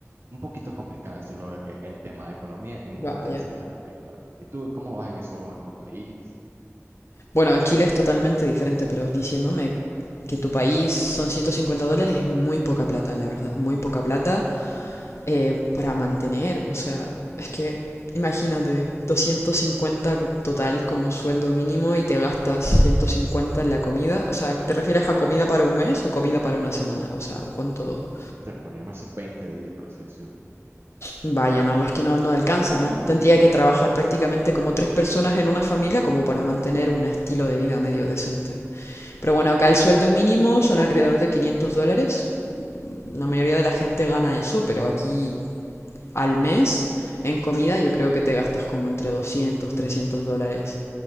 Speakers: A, on the right; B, on the left.
A: un poquito complicado es lo de que el tema de economía y muy
B: Vaya.
A: interesante también a la vez. ¿Y tú cómo vas en eso en tu país?
B: Bueno, Chile es totalmente diferente, pero diciéndome que tu país son 150 dólares, es muy poca plata, la verdad, muy poca plata eh, para mantener, o sea, es que imagínate, 250 total como sueldo mínimo y te gastas 150 en la comida, o sea, ¿te refieres a comida para un mes o comida para una semana? O sea, ¿cuánto?
A: Se podríamos decir veinte días, por así decirlo.
B: Vaya, no, es que no, no alcanza, ¿no? Tendría que trabajar prácticamente como tres personas en una familia como para mantener un estilo de vida medio decente. Pero bueno, acá el sueldo mínimo son alrededor de 500 dólares la mayoría de la gente gana eso, pero aquí al mes en comida yo creo que te gastas como entre 200, 300 dólares.